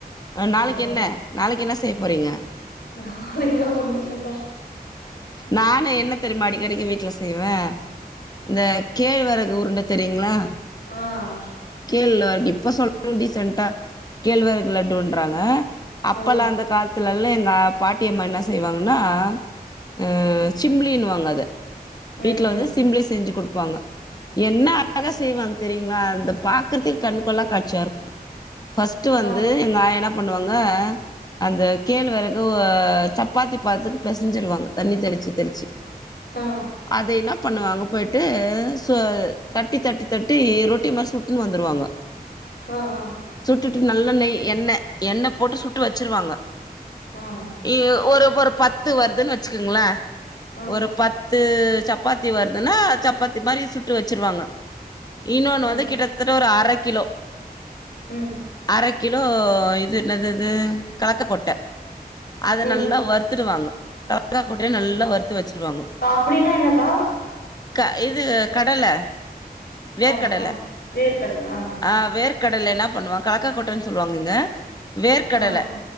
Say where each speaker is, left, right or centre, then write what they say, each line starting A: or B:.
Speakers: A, on the left; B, on the left.
A: ஆ
B: இங்க
A: நாளைக்கு என்ன நாளைக்கென்ன செய்ய போறிங்க
B: நாளைக்கெலா ஒண்ணு இல்லக்கா
A: நானு என்ன தெரிமா அடிக்கடிக்கி வீட்ல செய்வே இந்த கேழ்வரகு உருண்ட தெரியுங்ளா
B: ஆஹ்
A: கேழ்ல இப்ப சொல்லு டீசன்டா கேழ்வரகு லட்டுன்றாங்க அப்பல்லா
B: ஆ
A: அந்த காலத்துலெல்லா எங்கா பாட்டியம்மா என்ன செய்வாங்கன்னா ஆஹ் அ சிம்ளீன்னு வாங்க அத
B: ம்
A: வீட்ல வந்து
B: ம்
A: சிம்ப்ளி செஞ்சி குடுப்பாங்க என்ன அழகா செய்வாங் தெரியுங்ளா அந்த பாக்கற்தேக் கண்கொள்ளா காட்சியாருக் ஃபஸ்ட்டு வந்து
B: ஆ
A: எங்க ஆயா என்ன பண்ணுவாங்க அந்த கேழ்வெரக் டோவ சப்பாத்தி பதத்துக்கு பெசஞ்சிருவாங்க தண்ணி தெளிச்சி தெளிச்சி
B: ஆ ஆ
A: அத என்னா பண்ணுவாங்க பொயிட்டூ சொ தட்டி தட்டி தட்டி ரொட்டி மார் சுட்னு வந்துருவாங்க
B: ஆ ஆஹ்
A: சுட்டுட்டு நல்ல நெய் எண்ணெ எண்ணெ போட்டு சுட்டு வச்சிருவாங்க
B: ஆஹ்
A: ஈயொ ஒரு ஒரு பத்து வருதுன் வச்சுக்குங்ளே
B: ஆ
A: ஒரு பத்தூ சப் பாத்தி வருதுனா சப்பாத்தி மாரி சுட்டு வச்சிருவாங்க இன்னோனு
B: ம்
A: வந்து கிட்ட தட்ட ஒரு அரக்கிலோ
B: ம்
A: அரைக் கிலோ இது என்னதது கலத்த கொட்ட அத
B: ம்
A: நல்லா வறுத்துடுவாங்க கலக்கா கொட்டைய நல்லா வறுத்து வச்சிருவாங்க
B: கா அப்டின்னா என்னக்கா
A: க இது கடல வேர்க்கடல
B: ஆ ஆ வேர்க்கடல ஆ
A: ஆஹ் வேர்க்கடல என்னாப் பண்ணுவாங் கலக்கா கொட்டன் சொல்லுவாங்க இங்க வேர்க்கடல
B: ஆ ஆ